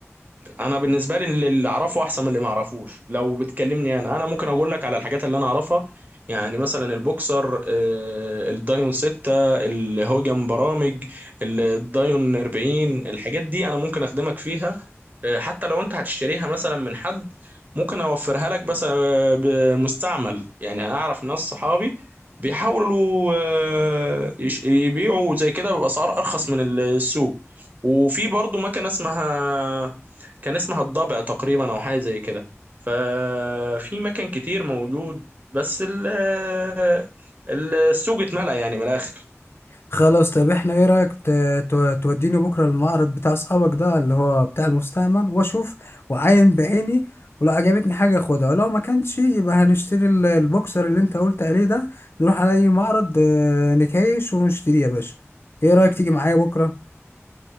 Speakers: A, on the right; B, on the left.
A: انا بالنسبه لي اللي اعرفه احسن من اللي ما اعرفوش لو بتكلمني انا انا ممكن اقول لك على الحاجات اللي انا اعرفها يعني مثلا البوكسر آه، الدايون 6 الهوجن برامج الدايون 40 الحاجات دي انا ممكن اخدمك فيها آه، حتى لو انت هتشتريها مثلا من حد ممكن اوفرها لك بس آه، بمستعمل يعني انا اعرف ناس صحابي بيحاولوا آه، يش- يبيعوا زي كده باسعار ارخص من السوق وفي برضو مكنه اسمها كان اسمها الضبع تقريبا او حاجه زي كده ففي مكان كتير موجود بس ال- آه، السوق اتملى يعني من الاخر
B: خلاص طب احنا ايه رأيك ت- ت- توديني بكرة المعرض بتاع اصحابك ده اللي هو بتاع المستعمل واشوف واعاين بعيني ولو عجبتني حاجة اخدها ولو ما كانش يبقى هنشتري ال- البوكسر اللي انت قلت عليه ده نروح على اي معرض آه، نكايش ونشتريه يا باشا ايه رأيك تيجي معايا بكرة